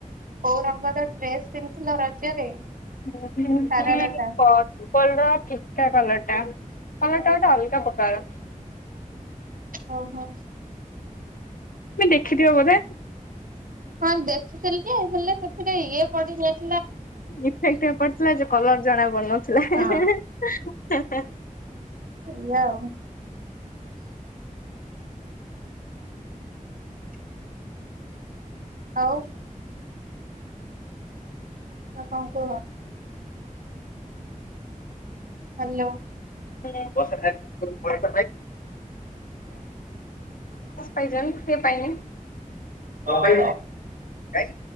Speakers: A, on the right; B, on the left.
A: କୋଉ ରଙ୍ଗର ଡ୍ରେସ ପିନ୍ଧିଥିଲ ରଜରେ
B: <unintelligible> ଓଲଟା
A: ସାରାରାଟା?
B: ପାଲଟା ହଁ ଏଟା ଟିକେ ଅଲଗା ପ୍ରକାର
A: ଓହୋ
B: ତୁମେ ଦେଖିଥିବ ବୋଧେ
A: ହଁ ଦେଖିଥିଲି ଯେ ହେଲେ ସେଥିରେ ଇଏ ପଡିଯାଇ
B: ଇଫେକ୍ଟ ବି ପଡିଥିଲା ଯେ କଲର ଜଣା ପଡ଼ିନଥିଲା ହିଁ
A: ହଁ
B: ହିଁ ହିଁ
A: ହେଲା ଆଉ <unintelligible> ଆଉ ଆଉ କଣ କୁହ ହ୍ୟାଲୋ
B: ହ ପାଇ ପାଇନି <unintelligible>
A: ହ୍ୟାଲୋ।
B: ତ ପାଇଁ